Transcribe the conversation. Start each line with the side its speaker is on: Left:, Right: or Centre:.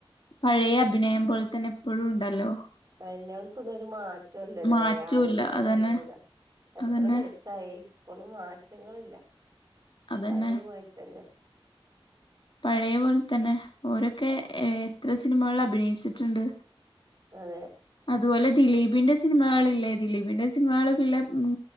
Left: പഴയ അഭിനയം പോല്തന്നെ ഇപ്പഴുണ്ടല്ലോ
Right: അതെന്നെ അവല്ക്ക്ന്നൊരു മാ റ്റവും ഇല്ലല്ലോല്ലേ
Left: മാറ്റൂല്ല
Right: ആലോച്ച്ണേ
Left: അതന്നെ
Right: അത്ഭുതാ എത്രെ
Left: അതന്നെ
Right: വയസ്സായി ഇപ്പളും മാറ്റങ്ങളില്ല
Left: അതന്നെ
Right: പഴേമാരി തന്നെ
Left: പഴേ പോല്തന്നെ ഓരൊക്കെ ഏഹ് എത്ര സിനിമകള്ല് അഭിനയിച്ചിട്ട്ണ്ട്
Right: അതെ
Left: അതുപോലെ ദിലീപിന്റെ സിനിമകള്ല്ലേ ദിലീപിന്റെ സിനിമകള് പിള്ളെ ഉം